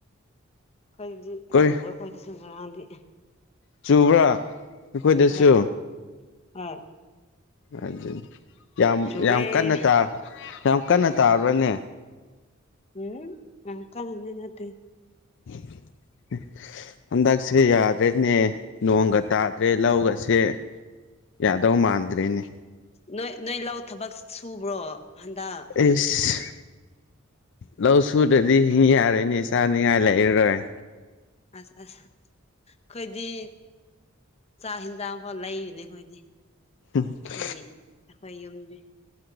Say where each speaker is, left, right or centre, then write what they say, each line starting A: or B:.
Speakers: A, on the left; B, on the left.
A: ꯑꯩꯈꯣꯏꯗꯤ
B: ꯀꯣꯏ
A: ꯆꯨꯒ ꯑꯩꯈꯣꯏꯗꯁꯨ ꯉꯔꯥꯡꯗꯤ
B: ꯆꯨꯕ꯭ꯔꯥ? ꯑꯩꯈꯣꯏꯗꯁꯨ
A: ꯍꯣꯏ ꯑꯥ
B: ꯑꯗꯨ ꯌꯥꯝ
A: ꯆꯨꯋꯦ
B: ꯌꯥꯝ ꯀꯟꯅ ꯇꯥ ꯌꯥꯝ ꯀꯟꯅ ꯇꯥꯕ꯭ꯔꯅꯦ?
A: ꯎꯝ ꯌꯥꯝ ꯀꯟꯅꯗꯤ ꯅꯠꯇꯦ꯫
B: <unintelligible> ꯍꯟꯗꯛꯁꯦ ꯌꯥꯗ꯭ꯔꯦꯅꯦ ꯅꯣꯡꯒ ꯇꯥꯗ꯭ꯔꯦ ꯂꯧꯒꯁꯦ ꯌꯥꯗꯧ ꯃꯥꯟꯗ꯭ꯔꯦꯅꯦ꯫
A: ꯅꯣꯏ ꯅꯣꯏ ꯂꯧ ꯊꯕꯛ ꯁꯨꯕ꯭ꯔꯣ ꯍꯟꯗꯛ?
B: ꯏꯁ ꯂꯧ ꯁꯨꯗꯗꯤ ꯍꯤꯡ ꯌꯥꯔꯣꯏꯅꯤ ꯆꯥꯅꯤꯡꯉꯥꯏ ꯂꯩꯔꯔꯣꯏ꯫
A: ꯑꯁ ꯑꯁ ꯈꯣꯏꯗꯤ ꯆꯥꯛ ꯍꯤꯟꯖꯥꯡꯐꯥꯎ ꯂꯩꯔꯤꯅꯦ ꯑꯩꯈꯣꯏꯗꯤ꯫
B: <unintelligible>
A: ꯈꯣꯏꯒꯤ ꯑꯩꯈꯣꯏ ꯌꯨꯝꯗꯤ